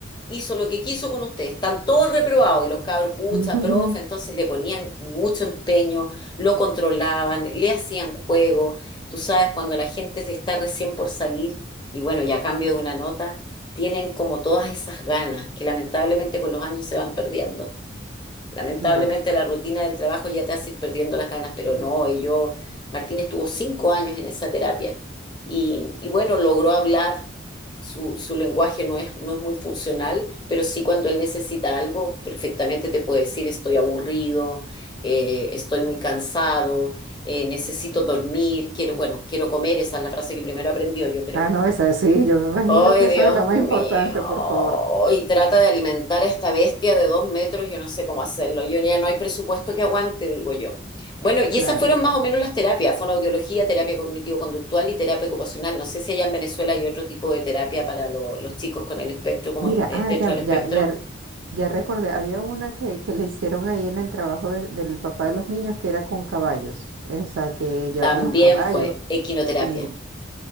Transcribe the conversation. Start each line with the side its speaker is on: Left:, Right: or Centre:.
Left: hizo lo que quiso con ustedes, están todos reprobados y los cabros, pucha,
Right: <laughs>
Left: profe, entonces le ponían mucho empeño, lo controlaban, le hacían juego. Tú sabes, cuando la gente está recién por salir y bueno, y a cambio de una nota, tienen como todas esas ganas que lamentablemente con los años se van perdiendo. Lamentablemente
Right: claro.
Left: la rutina del trabajo ya te hace ir perdiendo las ganas, pero no, y yo, Martín estuvo cinco años en esa terapia y, y bueno, logró hablar, su, su lenguaje no es, no es muy funcional, pero sí cuando él necesita algo, perfectamente te puede decir estoy aburrido, eh, estoy muy cansado, eh, necesito dormir, quiero, bueno, quiero comer, esa es la frase que primero aprendió, yo creo.
Right: Ah, no, esa sí, yo me imagino
Left: Ay,
Right: que eso
Left: Dios
Right: es lo
Left: mío.
Right: más importante, por favor,
Left: Y trata de alimentar a esta bestia de dos metros. Yo no sé cómo hacerlo. Yo ya no hay presupuesto que aguante, digo yo. Bueno, y
Right: claro.
Left: esas fueron más o menos las terapias: fonoaudiología, terapia cognitivo-conductual y terapia ocupacional. No sé si allá en Venezuela hay otro tipo de terapia para lo- los chicos con el espectro, como
Right: Mira,
Left: el- eh,
Right: ah,
Left: dentro
Right: ya,
Left: del espectro.
Right: ya, ya, re- ya recordé, había una que, que le hicieron ahí en el trabajo de- del papá de los niños que era con caballos, eh, o sea, que llevaron
Left: También
Right: unos caballos
Left: fue equinoterapia.
Right: y